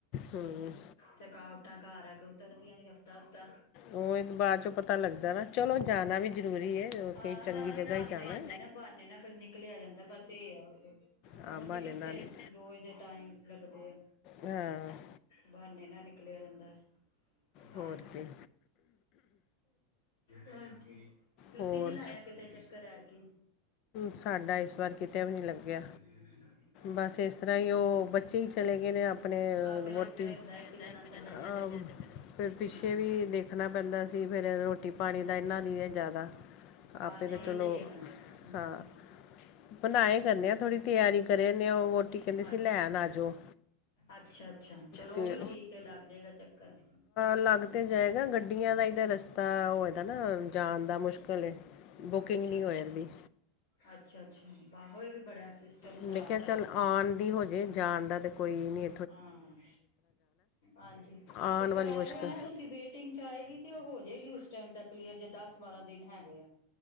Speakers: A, on the left; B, on the left.
A: ਹੂੰ
B: ਥਕਾਵਟਾਂ ਘਰ ਆ ਕੋ ਉਤਰ ਦੀਆਂ ਨੀ ਹਫ਼ਤਾ ਹਫ਼ਤਾ
A: ਉਹੀ ਬਾਅਦ ਚੋਂ ਪਤਾ ਲੱਗਦਾ ਨਾ ਚਲੋ ਜਾਨਾ ਵੀ ਜਰੂਰੀ ਏ ੳ
B: ਹਾਂ
A: ਚੰਗੀ
B: ਨਾ ਉਹੀ
A: ਜਗ੍ਹਾ
B: ਬਹਾਨਾ
A: ਹੀ ਜਾਨਾ
B: ਹੁੰਦਾ ਨਾ ਬਹਾਨੇ ਨਾਲ ਫੇਰ ਨਿਕਲਿਆ ਜਾਂਦਾ ਬਸ ਇਹ ਹੈ
A: ਆ
B: ੳਝ
A: ਬਹਾਨੇ
B: ਕਿੱਥੇ
A: ਨਾਲ ਹੀ।
B: ਰੋਜ਼ ਜੇ ਟਾਈਮ ਲੱਗਦੇ
A: ਹਾਂ
B: ਬਹਾਨੇ ਨਾਲ ਨਿਕਲਿਆ ਜਾਂਦਾ ਹਾ
A: ਹੋਰ ਕੀ
B: ਹਾਂਜੀ ਤੁਸੀਂ
A: ਹੋਰ
B: ਨੀ ਲਾਇਆ ਕਿਤੇ ਚੱਕਰ ਐਰਕੀ
A: ਸਾਡਾ ਇਸ ਵਾਰ ਕਿਤੇ ਵੀ ਨਹੀਂ ਲੱਗਿਆ
B: <inaudible>
A: ਬਸ ਇਸ ਤਰ੍ਹਾਂ ਹੀ ਉਹ ਬੱਚੇ ਹੀ ਚਲੇ ਗਏ ਨੇ ਆਪ ਆਪਣੇ
B: ਆਹ ਫੇਰ
A: ਵੋਟੀ
B: ਇਸ ਤਰ੍ਹਾਂ ਹੀ
A: ਅ
B: ਹੁੰਦਾ ਇੱਕ ਜਣਾ ਚਲੇ ਜਾਏ ਤੇ ਫੇਰ
A: ਫੇਰ ਪਿੱਛੇ
B: ਹਾਂ
A: ਵੀ ਦੇਖ ਰਖਨਾ ਪੈਂਦਾ ਸੀ ਫੇਰ ਰੋਟੀ ਪਾਣੀ
B: ਹਾਂਜੀ
A: ਦਾ ਇਹਨਾਂ ਦੀ ਏ ਜ਼ਿਆਦਾ
B: ਹਾਂ
A: ਆਪੇ
B: ਨਹੀਂ
A: ਤਾਂ ਚਲੋ
B: ਇਹੀ ਤੇ ਹੈ ਹਮ
A: ਹਾਂ ਬਨਾਏ ਕਰਨੇ
B: ਅੱਛਾ
A: ਆ ਥੋੜ੍ਹੀ ਤਿਆਰੀ ਰਹੇ ਨੇ ੳਹ ਵੋਟੀ ਕਹਿੰਦੀ ਸੀ
B: ਅੱਛਾ
A: ਲੈਨ ਆ ਜਾਓ
B: ਅੱਛਾ ਅੱਛਾ ਚਲੋ
A: ਤੇ
B: ਉਹ ਵੀ ਠੀਕ ਹੈ ਲੱਗ ਜਾਏਗਾ ਚੱਕਰ
A: ਲੱਗ ਤੇ ਜਾਏਗਾ ਗੱਡੀਆਂ ਦਾ ਈ ਰਸਤਾ ਪਤਾ ਹੋਏ ਦਾ ਨਾ ਜਾਨ ਦਾ ਮੁਸ਼ਕਿਲ ਏ ਬੁਕਿੰਗ
B: ਅੱਛਾ
A: ਨਹੀਂ ਹੋ ਇਨਦੀ
B: ਅੱਛਾ ਅੱਛਾ ਬਾਹੋਏ ਵੀ ਬੜਾ <unintelligible>
A: ਮੈਂ ਕਿਹਾ ਚੱਲ
B: ਚੱਲਦਾ
A: ਆਨ ਦੀ ਹੋਜੇ ਜਾਣ ਦਾ ਤੇ ਕੋਈ ਨੀ
B: ਹਾਂ ਹਾਂਜੀ
A: ਆਉਣ
B: ਤੇ ਕਰਾ
A: ਵਾਲੀ ਮੁਸ਼ਕਿਲ
B: ਲਓ ਨਾ ਤੁਸੀਂ ਵੇਟਿੰਗ ਚ ਆਏਗੀ ਤੇ ਉਹ ਹੋ ਜਾਏਗੀ ਉਸ ਟਾਈਮ ਤੱਕ ਕਲੀਅਰ ਜੇ ਦਸ ਬਾਰਾਂ ਦਿਨ ਹੈਗੇ ਆ ਤੇ